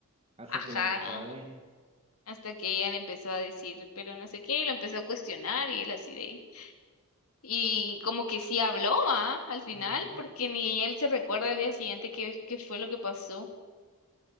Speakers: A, on the right; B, on the left.
A: hasta
B: ajá,
A: que la encontró a ella.
B: hasta que ella le empezó a decir, pero no sé qué, y lo empezó a cuestionar y él así de... Y como que sí habló, ¿va? Al final,
A: Ujú.
B: porque ni él se recuerda al día siguiente qué, qué fue lo que pasó.